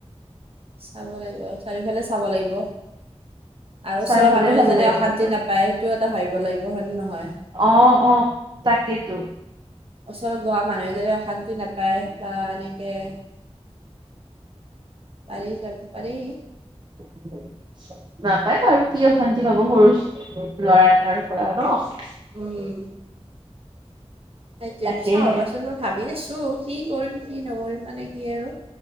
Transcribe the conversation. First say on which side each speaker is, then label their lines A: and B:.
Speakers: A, on the right; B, on the right.
A: চাব লাগিব চাৰিওফালে চাব লাগিব আৰু
B: চাৰিওফালে
A: ওচৰৰ মানুহে
B: চাব
A: যাতে
B: লাগিব
A: অশান্তি
B: তোমাৰ
A: নাপ পায় সেটো এটা ভাবিব লাগিব হয় নে নহয়?
B: অ অ তাকেইতো।
A: ওচৰত গহা মানুহে যদি অশান্তি নাপায়। বা এনেকে পাৰি যাব পাৰি
B: <unintelligible> নাপায় বাৰু, কি অশান্তি পাব সৰু ল'ৰা এটাৰ পৰা ন'।
A: উম সেইটোৱে,
B: তাকেহে
A: চাহ ৰবাচোন ভাবি আছো কি কৰিম কি নকৰিম মানে কি আৰু